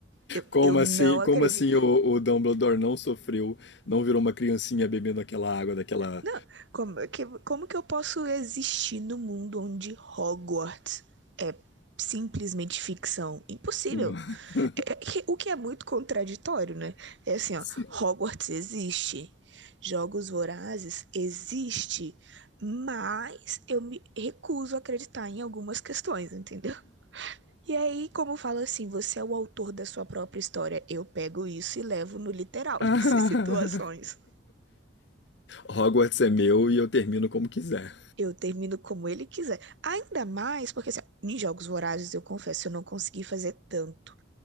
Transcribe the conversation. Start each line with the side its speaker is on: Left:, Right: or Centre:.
Right: Eu,
Left: como
Right: eu não
Left: assim,
Right: acredito.
Left: como assim o, o Dumbledore não sofreu, não virou uma criancinha bebendo aquela água daquela.
Right: Não, como que, como que eu posso existir no mundo onde Hogwarts é simplesmente ficção? Impossível.
Left: <laughs>
Right: É é que- o que é muito contraditório, né? É assim,
Left: Sim.
Right: ó, Hogwarts existe, Jogos Vorazes existe, mas eu me recuso a acreditar em algumas questões, entendeu? E aí, como fala assim, você é o autor da sua própria história, eu pego isso e levo no literal
Left: Ah.
Right: <laughs> nessas situações.
Left: Hogwarts é meu e eu termino como quiser.
Right: Eu termino como ele quiser. Ainda mais porque, assim, ó, em Jogos Vorazes, eu confesso, eu não consegui fazer tanto.